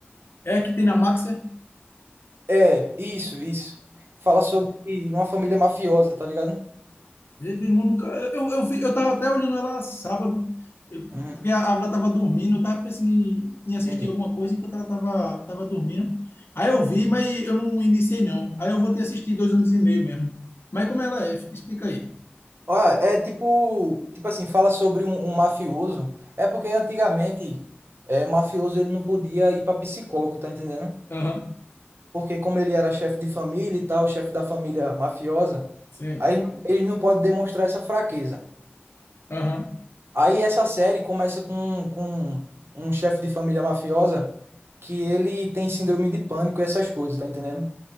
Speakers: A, on the left; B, on the right.
A: É a que tem na Max, é?
B: É, isso, isso. Fala sobre uma família mafiosa, tá ligado?
A: meu irmão, nunca- eu, eu, eu, eu tava até olhando ela sábado, eh,
B: Uhum,
A: porque a Ávila tava dormindo, eu tava pensando em, em assistir
B: entendi.
A: alguma coisa enquanto ela tava, tava dormindo. Aí eu vi, mas eu não iniciei não. Aí eu vou ter assistido dois homens e meio mesmo. Mas como ela é? Explica aí.
B: Olha, é tipo, tipo assim, fala sobre um, um mafioso. É porque antigamente, é, mafioso ele não podia ir pra psicólogo, tá entendendo?
A: Aham,
B: Porque como ele era chefe de família e tal, chefe da família mafiosa.
A: sim.
B: Aí eles não eles não podem demonstrar essa fraqueza.
A: Aham.
B: Aí essa série começa com, com um chefe de família mafiosa que ele tem síndrome de pânico e essas coisas, tá entendendo?